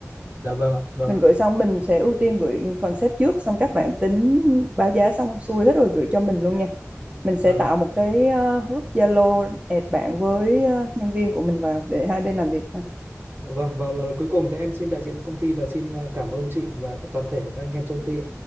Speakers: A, on the right; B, on the right.
A: dạ vâng ạ, vâng
B: mình
A: ạ,
B: gửi xong mình sẽ ưu tiên gửi concept trước xong các bạn tính báo giá xong xuôi hết rồi gửi cho mình luôn nha mình
A: vâng
B: sẽ tạo
A: ạ.
B: một cái ờ, group Zalo add bạn với ờ, nhân viên của mình vào để hai bên làm việc ha
A: Dạ vâng, vâng, lần cuối cùng thì em xin đại diện cho công ty là xin ờ, cảm ơn chị và toàn thể các anh em trong công ty.